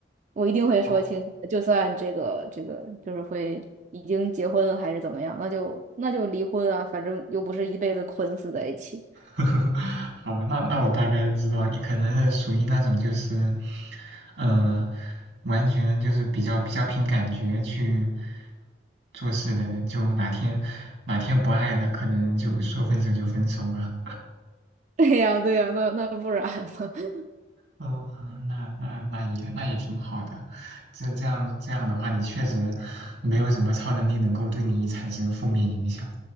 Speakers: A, on the right (about 40°); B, on the right (about 85°).
A: 我一定会说清楚的就算这个这个就是会已经结婚了还是怎么样，
B: 好，
A: 那就那就离婚啊，反正又不是一辈子捆死在一起。<laughs>
B: <laughs> 好，那那我大概知道你可能是属于那种就是，呃，完全就是比较比较凭感觉去做事的人，就哪天哪天不爱了，可能就说分手就分手了。
A: 对呀，对呀，那那不然呢？<laughs>
B: 哦，那那那也那也挺好的，这这样这样的话，你确实没有什么超能力能够对你产生负面影响，